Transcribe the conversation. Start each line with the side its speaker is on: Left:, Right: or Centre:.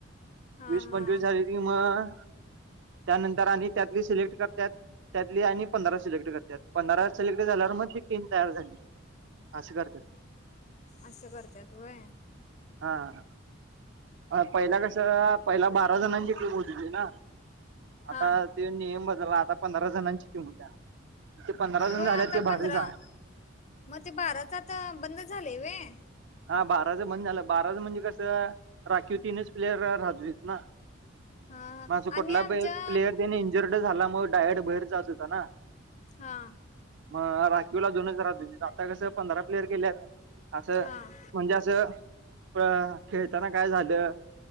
Left: हा
Right: वीस पंचवीस
Left: हा
Right: झाली की मग, त्यानंतर आणि त्यातली सिलेक्ट करत्यात त्यातली आणि पंधरा सिलेक्ट करत्यात. पंधरा सिलेक्ट झाल्यावर मग ती टीम तयार झाली. असं करत्यात.
Left: असं करतात वय
Right: हा. अ पहिला कस पहिला बारा जणांची टीम होत होती ना
Left: हा
Right: आता ते नियम बदललाय आता पंधरा जणांची टीम होत्या. ते पंधरा जण
Left: वय
Right: झाल्या
Left: आता
Right: ते
Left: पंधरा
Right: भारीच हाय
Left: मग ते बाराच आता बंद झाले व्हय.
Right: हा बाराचं बंद झालं बाराचं म्हणजे कसं राखीव तीनच प्लेयर राहत होतीत ना
Left: हा हा
Right: मग असं
Left: आम्ही
Right: कुठला
Left: आमच्या
Right: प प्लेयर त्याने इंजर्ड झाला मग डायरेक्ट बाहेर जात होता ना.
Left: हा.
Right: मग राखीवला दोनच रहात होतीत. आता कसं पंधरा प्लेयर केल्यात. असं
Left: हां
Right: म्हणजे असं प खेळताना काय झालं